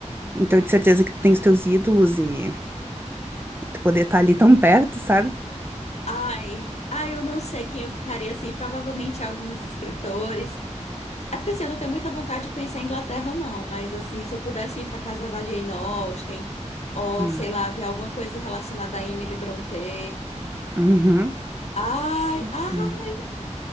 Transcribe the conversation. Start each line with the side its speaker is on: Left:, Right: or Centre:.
Right: Então, de certeza que tu tem os teus ídolos e tu poder estar ali tão perto, sabe?
Left: Ai, ai, eu não sei quem eu ficaria assim, provavelmente alguns escritores. É porque assim, eu não tenho muita vontade de conhecer a Inglaterra, não. Mas assim, se eu pudesse ir pra casa da Jane Austen, ou
Right: Hum,
Left: sei lá, ver alguma coisa relacionada a Emily Brontë.
Right: Uhum.
Left: Ai,
Right: uhum.
Left: ah,